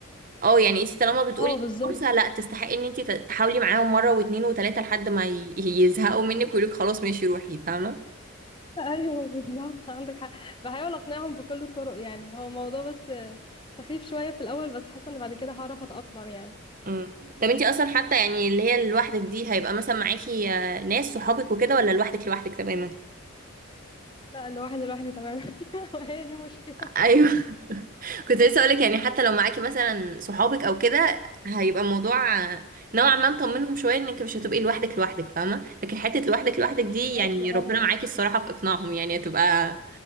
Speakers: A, on the right; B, on the left.
A: اه يعني انتي طالما بتقولي
B: اه بالظبط
A: فرصه لا تستحقي ان انتي ت- تحاولي معاهم مره واتنين وتلاته لحد ما ي- يزهقوا منك ويقولك خلاص ماشي روحي فاهمه
B: <laughs> ايوه بالظبط عندك حق بحاول اقنعهم بكل الطرق يعني هو موضوع بس سخيف شوية في الاول بس حاسة ان بعد كده هعرف اتأقلم يعني
A: امم طب انتي اصلا حتى يعني اللي هي لوحدك دي هيبقى مثلا معاكي آه، ناس صحابك وكده ولا لوحدك لوحدك تماما
B: لا لوحدي لوحدي تمام <laughs> هي دي مشكلة
A: ايوه <laughs> كنت لسه اقولك يعني حتى لو معاكي مثلا صحابك او كده هيبقى الموضوع نوعا ما مطمنهم شويه انك مش هتبقي لوحدك لوحدك فاهمه لكن حته لوحدك لوحدك دي
B: فهماكي
A: يعني
B: اه
A: ربنا معاكي الصراحه في اقناعهم يعني هتبقى